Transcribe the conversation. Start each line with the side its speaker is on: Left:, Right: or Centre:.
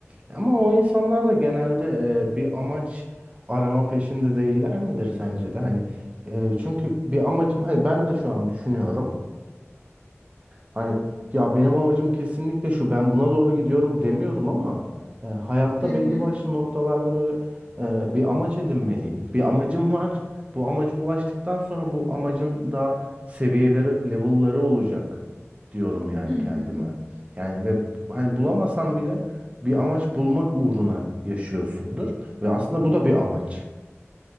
Right: Ama o insanlar da genelde e, bir amaç arama peşinde değiller midir sence de? Hani e, çünkü bir amacım hani ben de şu an düşünüyorum. Hani ya benim amacım kesinlikle şu ben buna doğru gidiyorum demiyorum ama e, hayatta
Centre: Hı hı.
Right: belli başlı noktalarda böyle e, bir amaç edinmeliyim. Bir amacım var. Bu amaca ulaştıktan sonra bu amacın daha seviyeleri, level'ları olacak diyorum yani
Centre: Hı
Right: kendime.
Centre: hı.
Right: Yani ve hani bulamasan bile bir amaç bulmak uğruna yaşıyorsundur ve aslında bu da bir amaç.